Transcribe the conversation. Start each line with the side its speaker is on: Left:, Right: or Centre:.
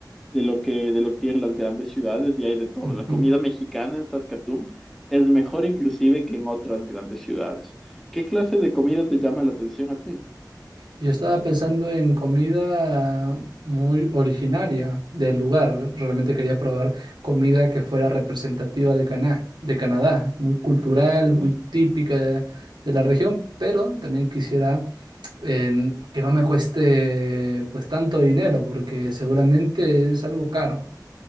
Centre: de lo que, de lo que tienen las grandes ciudades y hay de todo.
Right: Ujú.
Centre: La comida mexicana en Saskatoon es mejor inclusive que en otras grandes ciudades. ¿Qué clase de comida te llama la atención a ti?
Right: Yo estaba pensando en comida muy originaria del lugar. Realmente quería probar comida que fuera representativa de Cana- de Canadá, muy cultural, muy típica de, de la región, pero también quisiera eh, que no me cueste pues tanto dinero, porque seguramente es algo caro.